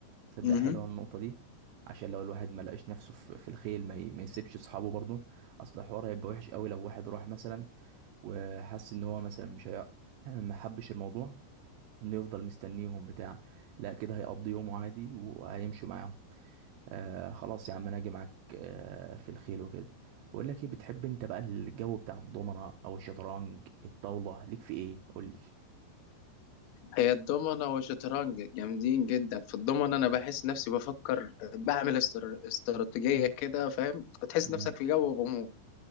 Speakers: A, on the right (about 80°); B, on the left (about 90°).
A: تصدق
B: مهم.
A: حلوة النقطة دي عشان لو الواحد ما لقاش نفسه في في الخيل ما, ي... ما يسيبش اصحابه برضه اصل الحوار هيبقى وحش قوي لو واحد راح مثلا وحس ان هو مثلا مش هي... ما حبش الموضوع انه يفضل مستنيهم بتاع لا كده هيقضي يومه عادي وهيمشي معاهم آه خلاص يا عم انا هاجي معاك آه في الخيل وكده بقول لك ايه بتحب انت بقى الجو بتاع الضمنة او الشطرنج الطاولة ليك في ايه قول لي
B: هي الضمنة والشطرنج جامدين جدا في الضمنة أنا بحس نفسي بفكر بعمل استر... استراتيجية كده فاهم تحس
A: مم.
B: نفسك في جو غموض